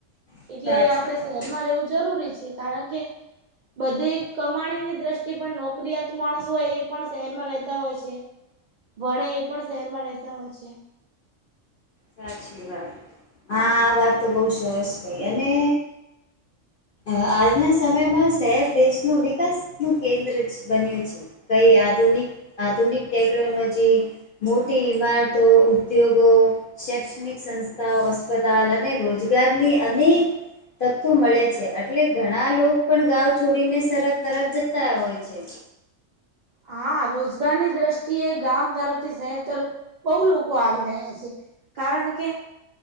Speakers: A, on the left; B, on the right.
A: સાચી
B: એટલે આપણેે
A: વાત
B: શહેરમાં રહેવું જરૂરી છે. કારણ કે બધી કમાણીની દ્રષ્ટિ પણ નોકરીયાત માણસ હોય એ પણ શહેરમાં રહેતા હોય છે, ભણે એ પણ શહેરમાં રહેતા હોય છે.
A: સાચી વાત, આ વાત તો બહુ ભાઈ અને આજના સમયમાં શહેર દેશનું વિકાસનું કેન્દ્ર જ બન્યું છે. આધુનિક ટેકનોલોજી મોટી ઈમારતો, ઉદ્યોગો શૈક્ષણિક સંસ્થાઓ અસ્પતાલ અને અનેક તત્થો એટલે ઘણા લોકો પણ છોડીને, સરફ તરફ જતા હોય છે.
B: હા, રોજગારની દ્રષ્ટિએ ગામ તરફ થી શહેર તરફ બૌ લોકો આવી રહ્યા છે. કારણ કે